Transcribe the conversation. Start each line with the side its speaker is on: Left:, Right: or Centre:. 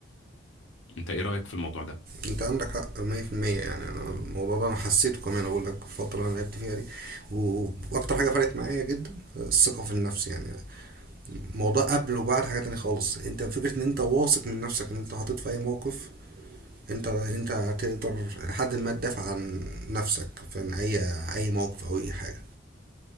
Left: انت ايه رايك في الموضوع ده
Right: انت عندك حق 100% يعني انا الموضوع ده انا حسيته كمان اقول لك في الفتره اللي أنا لعبت فيها دي و- واكتر حاجه فرقت معايا جدا الثقه في النفس يعني الموضوع قبل وبعد حاجه تانية خالص انت فكره ان انت واثق من نفسك ان انت حاطط في اي موقف انت انت هتقدر لحد ما تدافع عن نفسك في اي اي موقف او اي حاجه